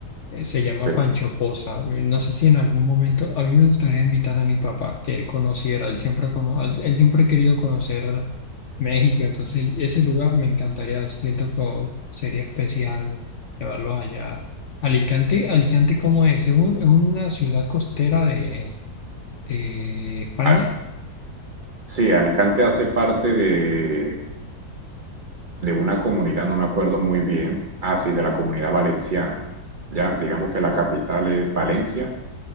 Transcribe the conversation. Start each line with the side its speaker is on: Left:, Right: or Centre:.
Left: eh, se llama
Right: sí.
Left: Pancho Poza. eh, No sé si en algún momento, a mí me gustaría invitar a mi papá, que él conociera, él siempre, ha cono- él él siempre ha querido conocer México, entonces ese lugar me encantaría, siento que sería especial llevarlo allá. Alicante, Alicante, ¿cómo es? Es, un- es una ciudad costera de, de España,
Right: A- sí, Alicante hace parte de, de una comunidad, no me acuerdo muy bien, ah, sí, de la comunidad valenciana. Ya, digamos que la capital es Valencia